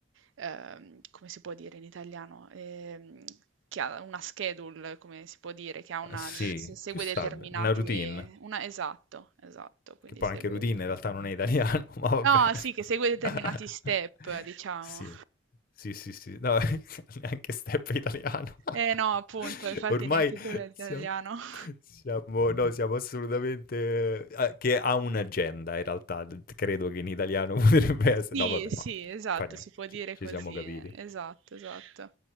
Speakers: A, on the right; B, on the left.
A: ehm, come si può dire in italiano, Ehm, che ha una schedule, come si può dire, che ha una,
B: Uhm, sì,
A: de- se- segue
B: più stab
A: determinati,
B: 'na routine,
A: una, esatto, esatto, quindi
B: che poi
A: segue,
B: anche routine in realtà non è italiano, <laughs> ma va bene.
A: no, sì, che segue determinati
B: <laughs>
A: step, diciamo.
B: Sì, sì, sì, sì, no, <laughs> neanche step è italiano.
A: Eh no, appunto,
B: <laughs>
A: infatti
B: Ormai
A: neanche quello è italiano.
B: siamo
A: <laughs>
B: siamo no, siamo assolutamente a che ha un'agenda in realtà, d credo che in italiano <laughs> potrebbe esse
A: Sì,
B: no vabbè,
A: sì,
B: ma
A: esatto,
B: fa nie
A: si può
B: ci
A: dire
B: ci
A: così,
B: siamo capiti.
A: eh, esatto, esatto.